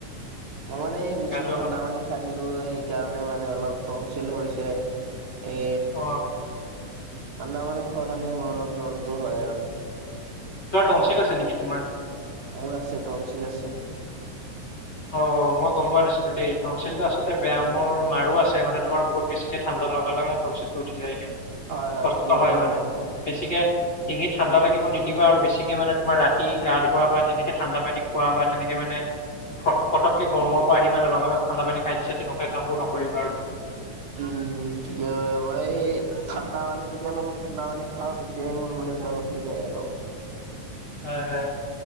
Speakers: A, on the right; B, on the left.
A: মই মানে বেছি
B: গাটো
A: ঠাণ্ডা
B: অকণ
A: মানী। খা দিলো সেইকাৰণে মানে অলপ তনচিল হৈছে এ
B: অ
A: ঠাণ্ডা পানী খোৱা কাৰণে মোৰ অলপ জ্বৰটো হয় আৰু।
B: তৰ তনঞ্চিল আছে নেকি তোমাৰ।
A: মোৰ আছে তনঞ্চিল আছে।
B: অ মই গম পোৱা নাছিলো দেই তনঞ্চিলটো আচলতে বেয়া মোৰ মাৰো আছে মানে তোমাৰ বহুত বেছিকে ঠাণ্ডা লগাল লগাই তনঞ্চিলটো উঠি যায়গে
A: হয়
B: কষ্ট
A: ঠিকে কৈছা
B: হয় মানে
A: তুমি।
B: বেছিকে ডিঙিত ঠাণ্ডা লাগিব নিদিবা আৰু বেছিকে মানে তোমাৰ ৰাতি গা ধোৱা বা তেনেকে ঠাণ্ডা পানী খোৱা বা তেনেকে মানে প পতকে গৰমৰ পৰা আহি মানে লগা লগ ঠাণ্ডা পানী খাই দিছে তেনেকুৱা কামবোৰ নৰিবা আৰু।
A: উম <inaudible> ঠাণ্ডা মানি যেতিয়া লব ঠাণ্ডা মানী খাওঁ তেতিয়াই মোৰ মানে জ্বৰ উঠি যায় আৰু।
B: হয় হাই